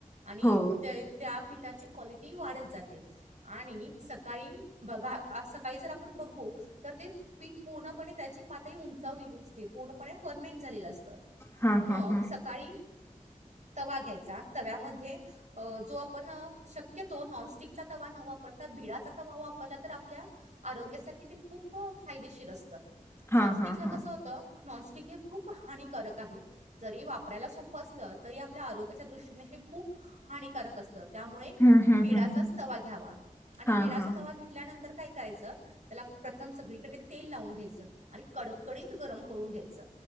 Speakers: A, on the right; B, on the left.
A: आणि
B: हो
A: त्या पीठाची की ती वाढत जाते आणि सकाळी बघा सकाळी जर आपण बघू तर ते पीठ पूर्णपणे त्याची पातळी उंचावलेली अस पूर्णपणे फर्मेंट झालेलं असत
B: हा
A: मग
B: हा हा
A: सकाळी तवा घ्यायचा तव्यामध्ये जो आपण शक्यतो नॉनस्टिकचा तवा न वापरो आता बिडाचा वाव वापरला तर आपल्या आरोग्यासाठी ते खूप फायदेशीर असतं
B: हा
A: नॉनस्टिक
B: हा
A: ला
B: हा
A: कस होत नॉनस्टिक हे खूप हानिकारक आहे जरी वापरायला सोपं असलं तरी आपल्या आरोग्याच्या दृष्टीने हे खूप हानिकारक असतं त्यामुळे
B: हम्म हम्म
A: बिडाचाच
B: हम्म
A: तवा घ्यावा आणि
B: हा
A: बिडचा
B: हा
A: तवा घेतल्यानंतर काय करायचं त्याला प्रत्य प्रथम सगळीकडे तेल लावून घ्यायचं आणि कडकडीत गरम घ्याच